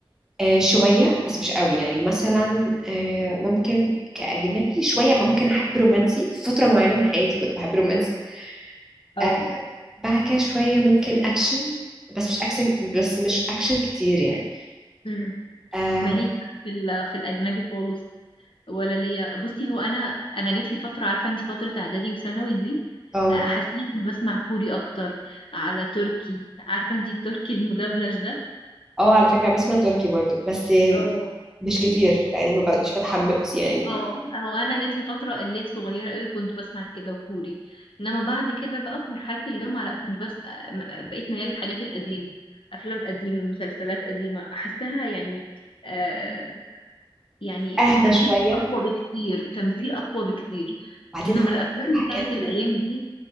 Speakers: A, in the centre; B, on the left.
A: آه، شوية بس مش قوي يعني مثلا آه، ممكن كأجنبي شوية ممكن أحب رومانسي في فترة معينة من حياتي كنت بحب رومانسي
B: او
A: آه، بعد كده شوية ممكن أكشن بس مش أكشن بس مش أكشن كتير يعني
B: امم
A: اه
B: ماليش في ال- في الاجنبي خالص ولا ليا بصي هو انا انا جات لي فتره عارفه انت فتره اعدادي وثانوي دي
A: اه
B: آه، حسيت كنت بسمع كوري اكتر على تركي عارفه انت التركي المدبلج ده
A: آه، على فكرة بسمع تركي برضو بس آه،
B: او
A: مش كتير لأن ما بقتش بتحمل يعني
B: اه هو انا جات لي فتره اللي هي صغيره قوي كنت بسمع كده وكوري انما بعد كده بقى في مرحله الجامعه لا كنت بس م- بقيت ميال للحاجات القديمه افلام قديمه مسلسلات قديمه احسها يعني آه يعني
A: أهدى
B: التمثيل
A: شوية
B: اقوى بكتير تمثيل اقوى بكتير
A: بعدين
B: انما
A: هقول
B: الافلام
A: لك الحاجات
B: بتاعت الايام
A: ال-
B: دي